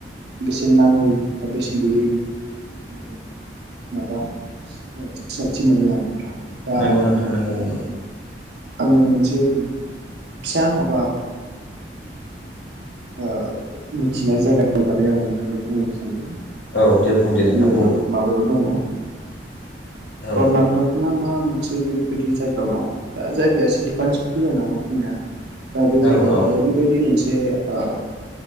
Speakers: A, on the right (about 65°); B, on the left (about 80°).
A: बेसेन नाङै बा बेसेन गैयै माने माबा सिनायथि मोनो आरो नोंथां दा
B: नंगौ नोंथां नांगौ नंगौ
A: आङो मोनसे फिसा माबा ओ मिथिनाय जायगानि बागै आं नोंथांनो बुंनो सानदों
B: औ दे बुं दे
A: बेयो
B: नोंथां बुं
A: माबायाव ओ
B: औ
A: कर्नाटक ना मा मोनसे बेबायदि जायगा दङ दा जायगाया एसे दिफारेन्सफोर जानो हागौ बुंनाया दा बे
B: औ
A: जायगायावहाय
B: औ
A: ओरैबायदि मोनसे ओ